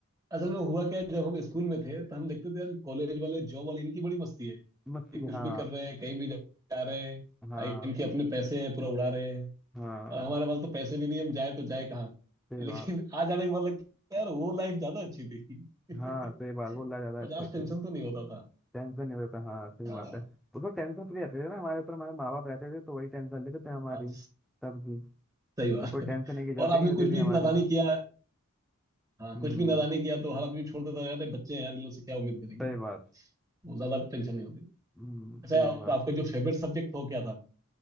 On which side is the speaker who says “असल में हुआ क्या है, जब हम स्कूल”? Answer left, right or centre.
Right